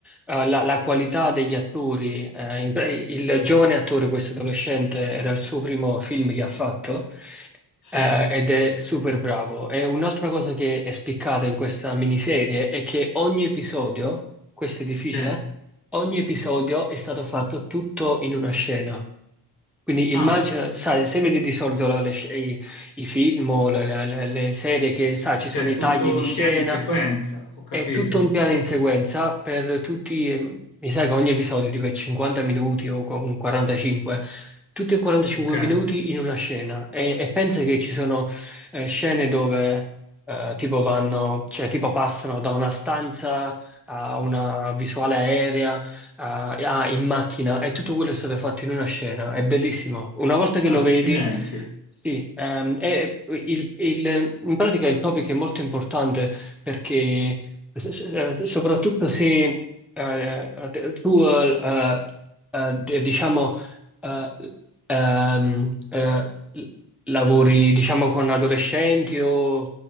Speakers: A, in the centre; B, on the left (about 80°).
A: eh, la, la qualità degli attori. Eh, in- il giovane attore, questo adolescente, era il suo primo film che ha fatto
B: Sì,
A: eh, ed è super bravo. E un'altra cosa che è spiccata in questa miniserie è che ogni episodio, questo è difficile,
B: sì.
A: eh? ogni episodio è stato fatto tutto in una scena. Quindi immagina,
B: Ah,
A: sai, se vedi di solito la- le sc- i, i film o le, le- le- le serie che, sai, ci
B: cioè
A: sono i
B: tutto
A: tagli di
B: in
A: scena,
B: piano in sequenza, ho capito.
A: è tutto un piano in sequenza per tutti, eh, mi sa che ogni episodio tipo è 50 minuti o con 45, tutti e 45
B: Ok. Ah,
A: minuti in una scena e, e pensa che ci sono eh, scene dove eh, tipo vanno, cioè tipo passano da una stanza a una visuale aerea a, a- in macchina e tutto quello è stato fatto in una scena, è bellissimo. Una volta che lo
B: accidenti.
A: vedi... Sì, ehm, è- il- il- in pratica il topic è molto importante perché S- s- eh,
B: C-
A: Soprattutto se eh, te- tu, eh, eh, d- diciamo, eh, ehm, eh, l- lavori, diciamo, con adolescenti o,